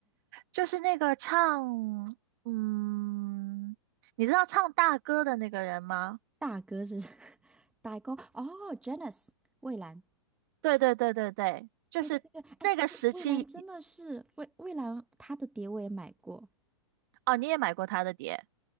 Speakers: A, on the right; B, in the centre.
A: 就是那个唱，嗯，你知道唱大哥的那个人吗？
B: 大哥是 <laughs> 大哥哦，Janice 蔚兰，
A: 对对对对对，就是那个时期
B: 对对对对，哎，蔚兰真的是蔚蔚兰，她的碟我也买过。
A: 哦，你也买过他的碟。